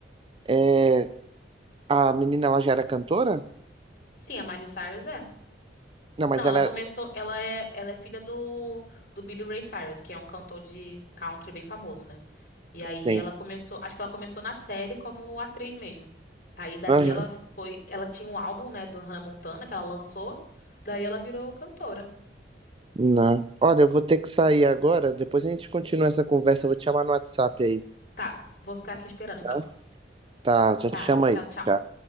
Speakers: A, on the right; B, on the left.
A: É, a menina, ela já era cantora?
B: Sim, a Miley Cyrus é.
A: Não, mas
B: Não,
A: ela
B: ela começou.
A: era...
B: Ela é, ela é filha do, do Billy Ray Cyrus, que é um cantor de country bem famoso, né? E aí
A: Sim.
B: ela começou. Acho que ela começou na série como atriz mesmo. Aí dali
A: Aham.
B: ela foi. Ela tinha um álbum, né, do Hannah Montana que ela lançou. Daí ela virou cantora.
A: Não. Olha, eu vou ter que sair agora. Depois a gente continua essa conversa. Eu vou te chamar no WhatsApp aí,
B: Tá, vou ficar aqui esperando então.
A: tá? Tá, já
B: Tá,
A: te chamo aí.
B: tchau, tchau.
A: Tchau.